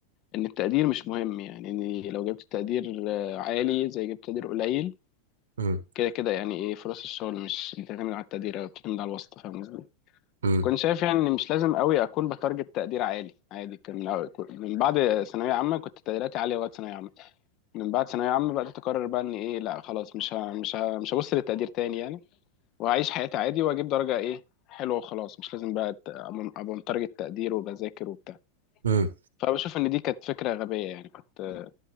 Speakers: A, on the left; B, on the right.
A: ان التقدير مش مهم يعني اني لو جبت تقدير آه، عالي زي جبت تقدير قليل
B: امم
A: كده كده يعني ايه فرص الشغل مش بتعتمد على التقدير او بتعتمد على الواسطه فاهم
B: امم
A: كنت شايف يعني إن مش لازم قوي اكون بتارجت تقدير عالي عادي كان من أول من بعد ثانويه عامه كنت تقديراتي عاليه وقت ثانويه عامه من بعد ثانويه عامه بقى تقرر بقى ان ايه لا خلاص مش ه... مش ه... مش هبص للتقدير تاني يعني وهعيش حياتي عادي واجيب درجه ايه حلوه وخلاص مش لازم بقى أت- ابقى أبقى متارجت تقدير وبذاكر وبتاع
B: امم
A: فبشوف ان دي كانت فكره غبيه يعني كنت